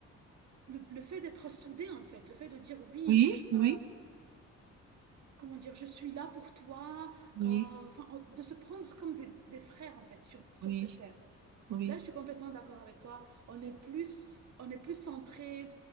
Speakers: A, on the right; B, on the right.
A: le, le fait d'être soudé, en fait, le fait de dire oui,
B: oui, oui,
A: euh, comment dire, je suis là pour toi,
B: oui,
A: euh, enfin, on- de se prendre comme des, des frères, en fait, sur, sur
B: oui,
A: cette terre.
B: oui,
A: Là, je suis complètement d'accord avec toi. On est plus, on est plus centré,